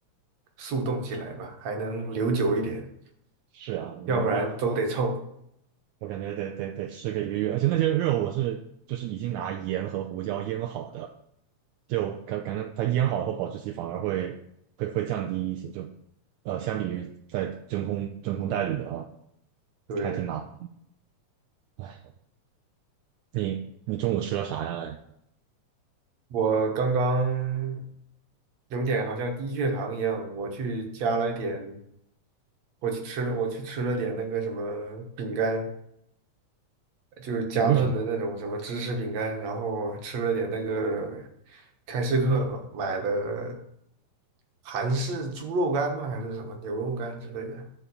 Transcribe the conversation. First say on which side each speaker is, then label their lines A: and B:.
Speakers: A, on the right; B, on the right.
A: 速冻起来吧，还能留久一点，
B: 是啊，
A: 要不然都得臭。
B: 没办法，我感觉得得得吃个一个月，而且那些肉我是就是已经拿盐和胡椒腌好的，就感感觉它腌好以后保质期反而会会会降低一些，就呃相比于在真空真空袋里的啊。
A: 对，
B: 还挺麻烦。哎，你你中午吃了啥呀？
A: 我刚刚有点好像低血糖一样，我去加了一点，我去吃了，我去吃了点那个什么饼干，就是加顿的那种什么芝士饼干，
B: 你为什么？
A: 然后吃了点那个开市客买买的韩式猪肉干吗？还是什么牛肉干之类的。